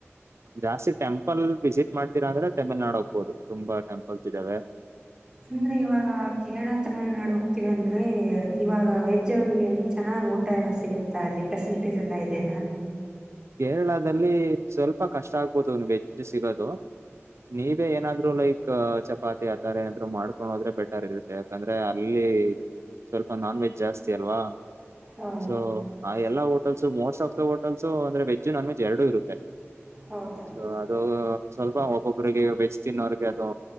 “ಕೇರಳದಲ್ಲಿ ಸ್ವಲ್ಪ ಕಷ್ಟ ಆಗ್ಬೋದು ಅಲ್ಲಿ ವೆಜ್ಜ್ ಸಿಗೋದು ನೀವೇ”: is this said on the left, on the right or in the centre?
Right